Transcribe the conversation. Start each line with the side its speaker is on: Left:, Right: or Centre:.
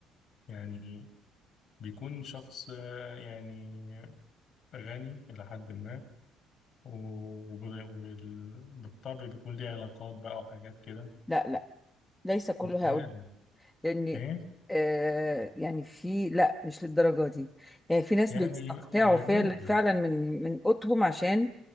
Left: يعني بيكون شخص آه، يعني غني إلى حد ما و- وب- وال- وبالطبع بيكون ليه علاقات بقى وحاجات كده
Centre: لا لا ليس كل
Left: متهيألي
Centre: هؤلاء لان
Left: إيه
Centre: آه يعني في لا مش للدرجة دي يعني في ناس
Left: يعني
Centre: بيستقطعوا
Left: آه،
Centre: فعل-
Left: نسبة
Centre: فعلا من من قوتهم عشان